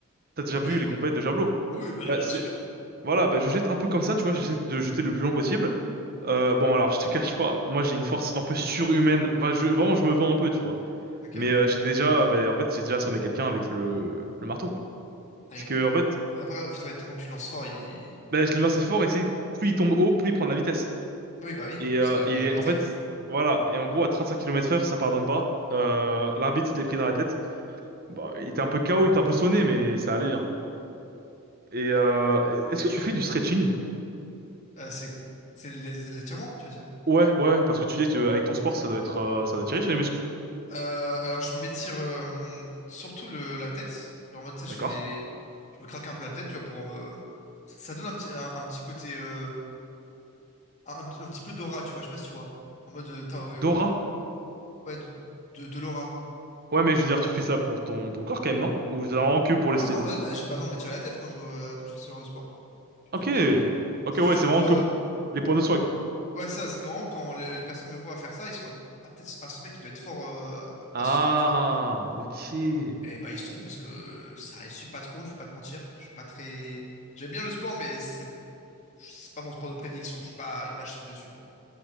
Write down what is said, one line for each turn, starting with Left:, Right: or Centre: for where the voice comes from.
Right: T'as déjà
Left: Ok.
Right: vu les compètes de javelot?
Left: Oui, bah,
Right: Bah,
Left: bien
Right: c'est...
Left: sûr.
Right: Voilà, bah, je jette un peu comme ça, tu vois, j'essaie de jeter le plus long possible. Euh, bon, alors, je te cache pas, moi j'ai une force un peu surhumaine. Bah, je, vraiment, je me vends un peu, tu vois.
Left: Ok.
Right: Mais euh, j'ai déjà, bah, en fait, j'ai déjà assommé quelqu'un avec le, le marteau, quoi.
Left: Avec-
Right: C'est que, en fait,
Left: Oui, après, en fait, ouais, tellement que tu lances fort, il...
Right: bah, je l'ai lancé fort et c'est plus il tombe haut, plus il prend de la vitesse.
Left: Oui, bah oui,
Right: Et
Left: c'est
Right: euh,
Left: la loi
Right: il
Left: de
Right: est,
Left: la gravité.
Right: en fait, voilà. Et en gros, à 35 km heure, ça pardonne pas. Euh, l'arbitre se l'est pris dans la tête. Bah, il était un peu KO, il était un peu sonné, mais ça allait bien, quoi. Et euh, est-ce que tu fais du stretching?
Left: Euh, c'est c'est l'é- l'étirement, tu veux dire?
Right: Ouais, ouais, ouais, parce que tu dis que avec ton sport, ça doit être, euh, ça doit tirer sur les muscles.
Left: Euh, alors, je m'étire euh, surtout le, la tête. Genre, en mode, tu sais,
Right: D'accord.
Left: je fais des... Je me craque un peu la tête, tu vois, pour me... Ça donne un petit, un, un petit côté... euh, un, un petit peu d'aura, tu vois, je sais pas si tu vois. En mode, euh, t'as, euh,
Right: Dora.
Left: ouais, de, de, de l'aura.
Right: Ouais, mais je veux dire, tu fais ça pour ton, ton corps quand même, non? Ou c'est vraiment que pour le
Left: Ah
Right: style?
Left: non, bah, bah j'ai pas besoin de me tirer la tête quand je, euh, quand je fais ce genre de sport. Tu
Right: Ok.
Left: te doutes bien.
Right: Ok,
Left: C'est
Right: ouais,
Left: juste
Right: c'est
Left: pour.
Right: vraiment
Left: euh,
Right: que les points de swag.
Left: Ouais, ça, c'est vraiment quand les, les personnes me voient faire ça, ils sont en mode. Ah, peut-être, ah, ce mec, il doit être fort euh, à
Right: Ah,
Left: ce sport, tu vois.
Right: ok. Ouais,
Left: Et bah, ils se trompent parce que ça réussit pas trop, je vais pas te mentir. Je suis pas très. J'aime bien le sport, mais c'est c'est pas mon sport de prédilection. Je suis pas une machine dessus, quoi.